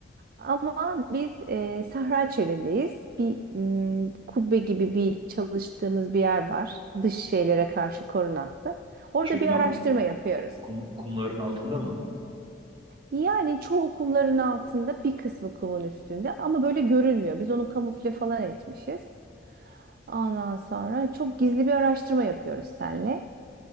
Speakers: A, on the right; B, on the right.
A: Ama biz eee, Sahra Çölü'ndeyiz. Bir mm, kubbe gibi bir çalıştığımız bir yer var. Dış şeylere karşı korunaklı. Orada
B: Çölün
A: bir
B: a-
A: araştırma yapıyoruz.
B: kum, kumların altında mı?
A: Yani çoğu kumların altında bir kısmı kumun üstünde ama böyle görülmüyor. Biz onu kamufle falan etmişiz. Ondan sonra çok gizli bir araştırma yapıyoruz seninle.